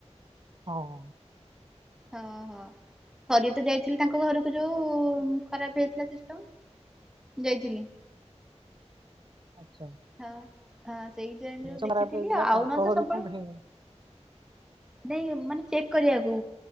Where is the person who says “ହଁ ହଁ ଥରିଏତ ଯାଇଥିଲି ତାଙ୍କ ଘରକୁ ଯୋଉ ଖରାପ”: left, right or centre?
Centre